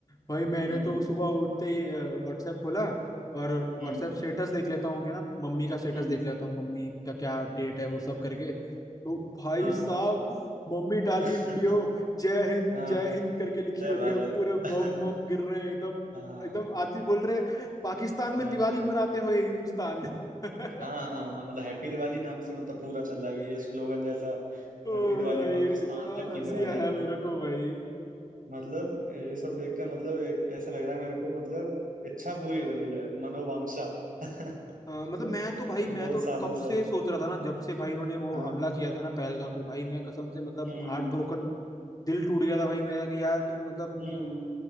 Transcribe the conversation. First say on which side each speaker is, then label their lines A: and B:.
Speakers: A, on the left; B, on the right.
A: भाई मैंने
B: हम्म
A: तो सुबह उठते ही व्हाट्सएप खोला और
B: हम्म
A: व्हाट्सएप स्टेटस देख लेता हूँ क्या ना मम्मी का स्टेटस
B: हम्म
A: देख लेता हूँ मम्मी का क्या अपडेट है वो
B: हम्म,
A: सब करके तो भाई
B: हाँ
A: साहब मम्मी डाली
B: <laughs>
A: वीडियो जय हिंद
B: हाँ
A: जय हिंद करके लिखी
B: जय
A: हुई
B: भारत
A: है पूरे
B: <laughs>
A: बम बम गिर रहे हैं एकदम
B: हाँ
A: एकदम आती बोल रहे हैं, पाकिस्तान में
B: हाँ
A: दिवाली मनाते हुए हिंदुस्तान <laughs>
B: हाँ हाँ हाँ, मतलब हैप्पी दिवाली नाम से मतलब पूरा चल रहा है ये स्लोगन जैसा
A: ओ
B: Happy Diwali
A: भाई
B: Pakistan
A: इतना
B: happy
A: हंसी
B: Diwali
A: आया मेरे को भाई
B: मतलब ये सब देख कर मतलब एक ऐसा लग रहा है मेरे को मतलब इच्छा पूरी हो रही है मनोवांछा <laughs>
A: हाँ, मतलब मैं तो भाई मैं
B: बहुत
A: तो
B: सालों
A: कब से
B: से
A: सोच रहा था ना जब से भाई उन्होंने वो
B: हाँ
A: हमला किया था ना पहलगाम पे भाई मैं कसम से मतलब
B: हम्म
A: हार्ट ब्रोकन दिल टूट गया था भाई मेरा कि यार तुम मतलब
B: हम्म